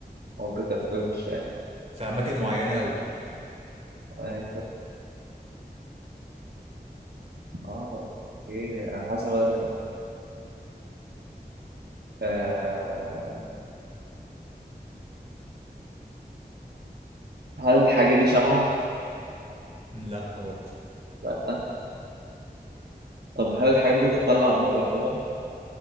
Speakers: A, on the right; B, on the right.
A: ممكن تبقى موجودة في
B: في اماكن معينه قوي
A: الشارع اه اوكي انا حاسس إن أنا بدأت أجمع. آه هل الحاجة دي شمعة؟
B: لا برضه
A: لا طب هل الحاجة دي بتطلع نور عموما؟